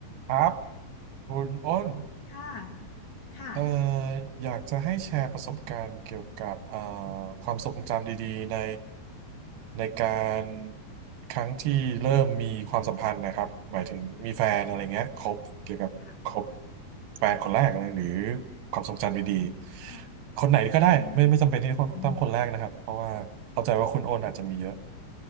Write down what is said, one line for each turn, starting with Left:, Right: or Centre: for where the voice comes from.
Right: ครับคุณอ้น
Left: ค่ะค่ะ
Right: เอ่ออยากจะให้แชร์ประสบการณ์เกี่ยวกับเอ่อความทรงจำดีๆในในการครั้งที่เริ่มมีความสัมพันธ์นะครับหมายถึงมีแฟนอะไรเงี้ยคบเกี่ยวกับคบ
Left: ค่ะ
Right: แฟนคนแรกอะไรหรือความทรงจำดีๆคนไหนก็ได้ไม่ไม่จำเป็นที่ต้องต้องคนแรกนะครับเพราะว่าเข้าใจว่าคุณโอนอาจจะมีเยอะ
Left: ค่ะอืมอืม